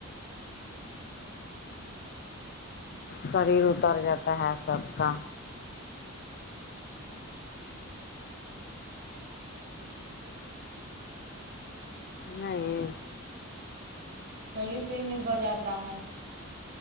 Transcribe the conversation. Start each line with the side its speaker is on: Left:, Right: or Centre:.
Left: شریر اتر جاتا ہے سب کا نہیں
Right: شریر سہی میں گل جاتا ہے